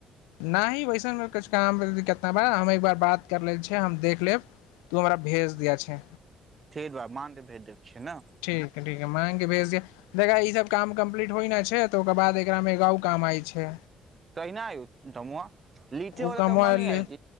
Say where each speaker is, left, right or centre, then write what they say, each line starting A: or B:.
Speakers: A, on the left (about 80°); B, on the right (about 40°).
A: नाहि वैसन का कुछ काम दिक्कत ना बा हम एक बार बात कर ले छै हम देख लेब तू हमरा भेज दिया छै
B: ठीक बा मान के भेज देब छियै न
A: ठीक ह ठीक ह मांग के भेज दिह अ देखा ई सब काम कम्प्लीट होइ न छै तऽ ओकर बाद एकरा मेगाउ काम आइ छै
B: कहि नहि <unintelligible> आयौ <unintelligible> त लिठेवला
A: ओ कामवा
B: तऽ म नहि
A: ले
B: आइज